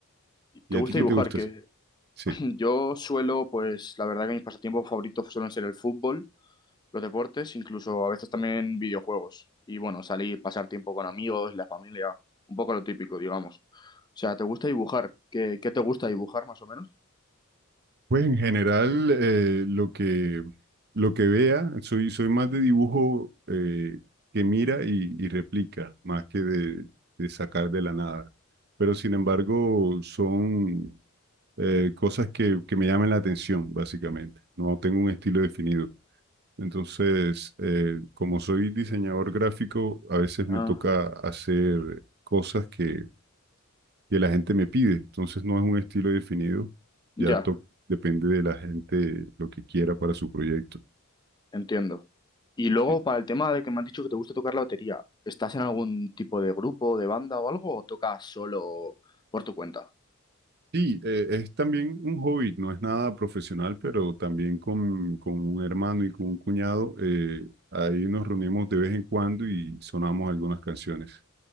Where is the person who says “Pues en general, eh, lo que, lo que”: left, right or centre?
Right